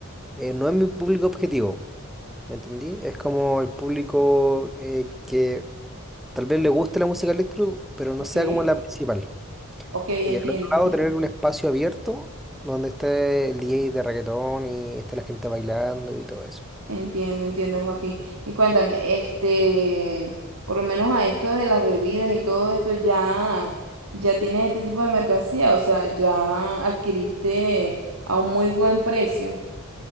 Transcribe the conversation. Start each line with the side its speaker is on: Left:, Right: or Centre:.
Centre: eh, no es mi público objetivo, ¿me entendí? Es como el público eh, que tal vez le guste la música electro, pero no
Right: Ok.
Centre: sea como la principal.
Right: Ok, entiendo,
Centre: Y al otro
Right: entiendo,
Centre: lado tener un espacio abierto donde esté el DJ de reggaetón y esté la gente bailando y todo eso.
Right: entiendo, entiendo, Joaquín. Y cuéntame, este, por lo menos a esto de las bebidas y todo esto, ya, ya tienes este tipo de mercancía, o sea, ya adquiriste a un muy buen precio,